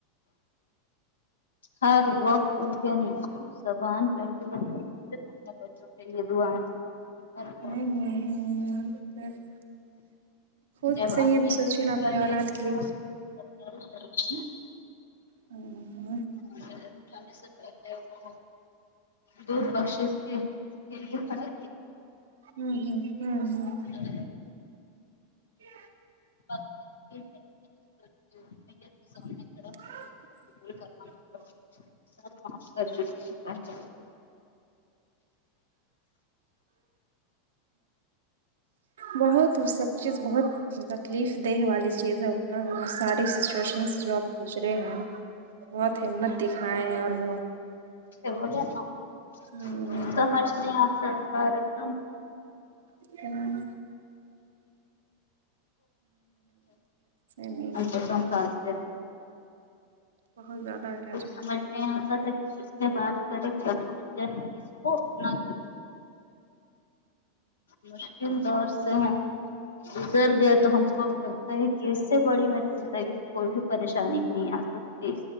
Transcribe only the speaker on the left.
ہر وقت انکی زبان <unintelligible> چلیے دعائیں ہر
وقت
جب
امی
کا
ڈیل
ہوا
<unintelligible>
میت اٹھانے سے پہلے وہ دودھ بخشش کے کے لیے کھڑے
سامنے
<unintelligible>
قبول کروانا پڑ سب معاف کر چکی ہوں پہلے
بولے نا <unintelligible>
کچھ سمجھ نہیں آ سکتا ایک دم
اچھا س سال <unintelligible>
کچھ سمجھ نہیں آتا تھا کہ کس سے بات کرے کہاں جائے کس کو اپنا کہے مشکل دور سے ہم گزر گیا تو ہم کو اب لگتا ہے کہ اس سے بڑی میری زندگی کوئی بھی پریشانی نہیں آ سکتی